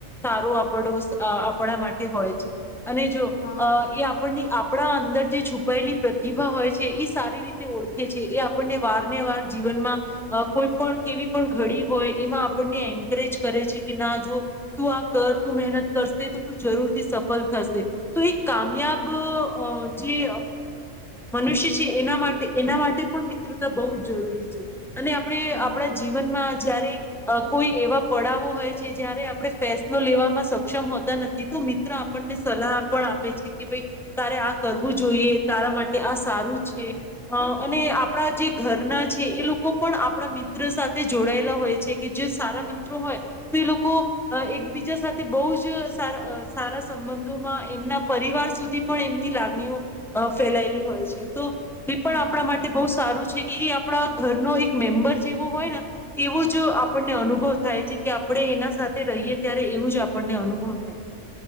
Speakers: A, in the centre; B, on the left.
A: સારો આ પડોશ આપણા માટે હોય છે. અને જો
B: હા.
A: એ આપણની આપ ણા અંદર જે છુપાયેલી પ્રતિભા હોય છે એ સારી રીતે ઓળખે છે એ આપણને વારને વાર જીવનમાં કોઈ પણ કેવી પણ ઘડી હોય એમાં આપણને એન્કરેજ કરે છે કે ના જો તું આ કર તું મહેનત કરશે તો તું જરૂરથી સફળ થશે તો એક કામયાબ
B: હા
A: અ જે મનુષ્ય છે એના માટે એના માટે પણ મિત્રતા બહુ જ જરૂરી છે. અને આપણે
B: હા
A: આપડ
B: એજ
A: જીવનમાં જયારે અ કોઈ એવા પડાવો હોય છે જયારે આપણે ફેસલો લેવામાં સક્ષમ હોતા નથી તો મિત્ર આપણને સલાહ પણ આપે છે કે ભાઈ તારે આ કરવું જોઈએ તારા માટે આ સારું છે અ અને આપણા જે ઘરના છે એ લોકો પણ આપણા મિ ત્ર સાથે જોડાયેલા હોય છે કે જે સારા મિત્રો હોય તો એ લોકો એકબીજા સાથે બહુ જ સા સારા સંબંધોમાં એમના પરિવાર સુધી પણ એમની લાગણીઓ ફેલાયેલી હોય છે તો એ પણ
B: હા.
A: આપણા માટે બહુ સારું છે એ આપડા ઘર નો એક મેમ્બર જેવું હોય ને એવો જ આપણને અનુભવ થાય છે કે આપણે એના સાથે રહીએ ત્યારે એવું જ આપણને અનુભવ થાય છે.